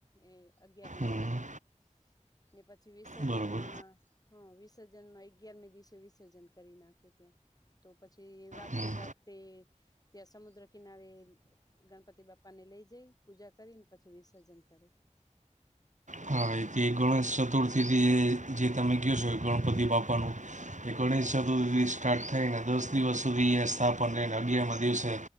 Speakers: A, on the left (about 30°); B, on the right (about 80°).
A: એ અગિયાર દિવસ
B: હં
A: સુધી ને પછી વિસર્જનમાં
B: બરાબર
A: હા વિસર્જન માં અગિયારમી દિવસે વિસર્જન કરી નાખ ત તો પછી વાતતે
B: હં
A: ગાજતે ત્યાં સમુદ્ર કિનારે ગણપતિ બાપા ને લઈ જઈ પૂજા કરીને પછી વિસર્જન કરી
B: હા તે ગણેશ ચતુર્થી જે તમે કહ છો ગણપતિ બાપાનું
A: હમ
B: એકણીસ ચતુર્થીથી સ્ટાર્ટ થઈને દસ દિવસ સુધી અયા સ્થાપન થને અગિયાર માં દિવસે